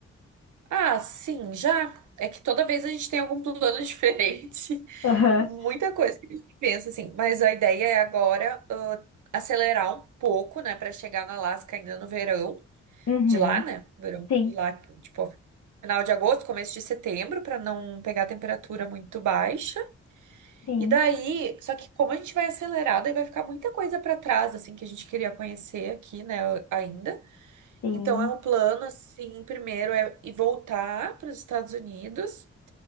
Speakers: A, on the right (about 70°); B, on the left (about 55°).
A: Ah, sim, já. É que toda vez a gente tem algum plano <laughs> diferente.
B: Aham.
A: Muita coisa que a gente pensa, assim. Mas a ideia é agora ah, acelerar um pouco, né, para chegar no Alasca ainda no verão
B: Uhum,
A: de lá, né? Verão
B: sim,
A: de lá, tipo, final de agosto, começo de setembro, para não pegar temperatura muito baixa.
B: sim,
A: E daí, só que como a gente vai acelerar, daí vai ficar muita coisa para trás, assim, que a gente queria conhecer aqui, né, ainda.
B: sim.
A: Então, é um plano, assim, primeiro é ir voltar para os Estados Unidos